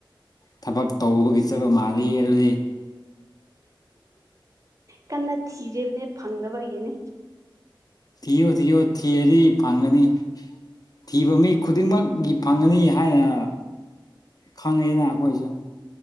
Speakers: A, on the left; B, on the right.
A: ꯊꯕꯛ ꯇꯧꯕꯒꯤ ꯆꯠꯄ ꯃꯥꯜꯂꯤ ꯑꯗꯨꯗꯤ
B: ꯀꯟꯅ ꯊꯤꯔꯤꯕꯅꯦ ꯐꯪꯗꯕꯒꯤꯅꯦ
A: ꯊꯤꯌꯣ ꯊꯤꯌꯣ ꯊꯤꯔꯗꯤ ꯐꯪꯒꯅꯤ ꯊꯤꯕ ꯃꯤ ꯈꯨꯗꯤꯡꯃꯛꯀꯤ ꯐꯪꯉꯅꯤ ꯍꯥꯏꯅ ꯈꯪꯉꯤꯅ ꯑꯩꯈꯣꯏꯁꯨ